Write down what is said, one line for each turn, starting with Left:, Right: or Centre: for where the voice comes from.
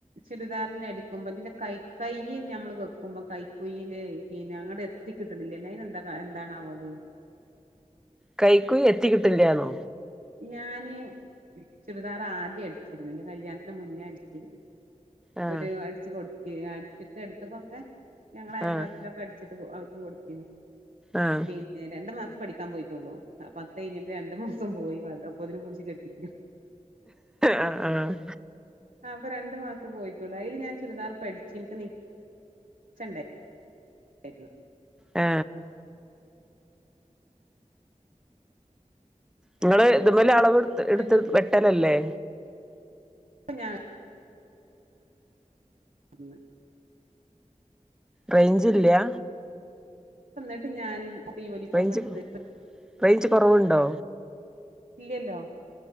Right: ചുരിദാറിന അടിക്കുമ്പോ അതിന്റെ കൈ കൈ്യ ഞമ്മള് വെക്കുമ്പോ കൈക്കുയില് പിന്നെ അങ്ങടെ എത്തിക്കിട്ടണില്ലല്ലൊ ഐന് എന്താ എന്താണവാത്
Centre: കൈക്കുഴി എത്തി കിട്ട്ല്ലാന്നോ
Right: ഞാന് ചുറുദാറ ആദ്യം അടിച്ചിരുന്നു കല്യാണത്തിന് മുന്നേ അടിച്ചിരുന്നു
Centre: ആഹ്
Right: ഒരു അടിച്ചു കൊടുക്ക അടിച്ചിട്ട് എടുത്ത്കൊക്കെ ഞങ്ങൾ അയൽവാസി
Centre: ആഹ്
Right: കൊക്കെ അടിച്ചിട്ട് ത്തിന്നു
Centre: ആഹ്
Right: പിന്നെ രണ്ടു മാസ പഠിക്കാൻ പോയിട്ടുള്ളൂ പത്ത് കഴഞ്ഞിട്ട് രണ്ടു മാസം പോയി അപ്പൊ അതിനെ കുടിച്ച് കെട്ടിട്ട്
Centre: ആ ആ
Right: ആ അപ്പൊ രണ്ട് മാസം പോയിട്ടൊള്ളു അതില് ഞാൻ ചുരിദാർ പഠിച്ചിനി അയിൽഇൻക്ക് നിച്ചണ്ടേ ശ
Centre: ആ
Right: പക്ഷെ
Centre: നിങ്ങള് ഇതുപൊലെ അളവ്ട്ത്ത്
Right: എന്നിട്ട്
Centre: എടുത്ത് വെട്ടലല്ലേ
Right: ഇപ്പ ഞാൻ ഉ
Centre: റയ്ഞ്ചില്ല
Right: എന്നിട്ട് ഞാൻ യൂണിഫോം
Centre: റൈഞ്ച്
Right: എടുത്ത്
Centre: റൈഞ്ച് കൊറവ്ണ്ടോ
Right: ഇല്ലല്ലോ